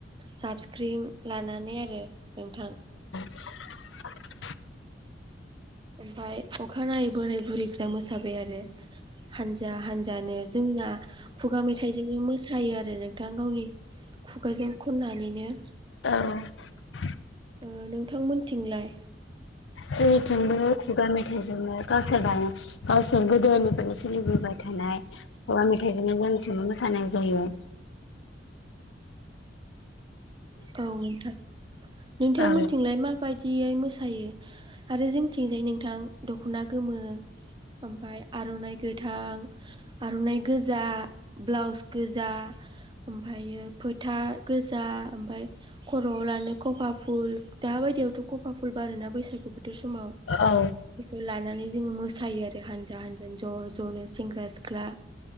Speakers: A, on the right; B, on the left.
A: जाबसख्रिं लानानै आरो नोंथां।
B: <inaudible>
A: ओमफाय अखानायै बोराय बुरैफ्रा मोसाबाय आरो। हानजा हानजानो जोंना खुगा मेथाइजोंनो मोसायो आरो नोंथां गावनि खुगाजों खननानैनो
B: औ।
A: ओ नोंथांमोनथिंलाय।
B: जेनिथिंबो खुगा मेथाइजोंनो गावसोरबा गावसोर गोदोनिफ्रायनो सो सोलिबोबाय थानाय खुगा मेथाइजोंनो जोंथिनो मोसानाय जायो।
A: औ नोंथां नोंथांमोनथिंलाय
B: औ
A: माबायद दियै मोसायो? आरो जोंथिंजाय नोंथां दख'ना गोमो ओमफाय आर'नाइ गोथां आर'नाइ गोजा ब्लाउस गोजा ओमफायो फोथा गोजा ओमफाय खर'आव लानो खफा फुल दा बायदियावथ' कफा फुल बारोना बैसागु बोथोर स समाव
B: औ
A: बेखौ लाना नै जोङो मोसायो आरो हानजा हानजानो ज' ज'नो सेंग्रा सिख्ला